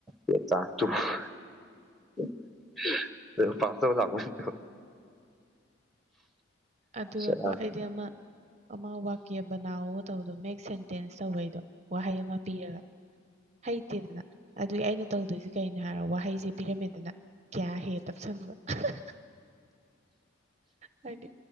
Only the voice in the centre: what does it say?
ꯌꯦ ꯇ ꯇꯨ <unintelligible> <unintelligible> ꯄꯥꯁꯇꯧꯔ ꯂꯥꯛꯄ <unintelligible>
ꯁꯦꯔꯥꯟ